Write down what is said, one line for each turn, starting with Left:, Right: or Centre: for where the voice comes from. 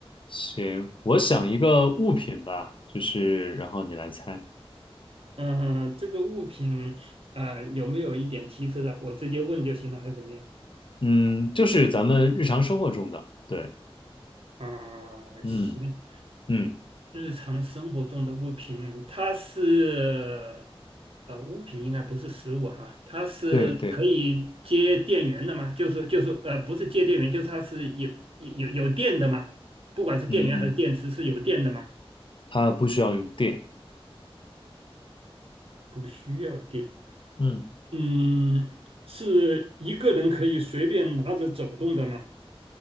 Left: 行，我想一个物品吧，就是然后你来猜。
Right: 嗯、这个物品，呃，有没有一点提示的？我直接问就行了，还是怎么样？
Left: 嗯，就是咱们日常生活中的。对，
Right: 啊、
Left: 嗯
Right: 行，
Left: 嗯，
Right: 日常生活中的物品，它是呃物品应该不是食物哈，它是可以接电源的嘛？
Left: 对对，
Right: 就是就是呃不是接电源，就是它是有有有有电的嘛？不管是电源还是电池是有电的嘛？
Left: 嗯，它不需要用电。
Right: 不需要电。
Left: 嗯
Right: 嗯，是一个人可以随便拿着走动的吗？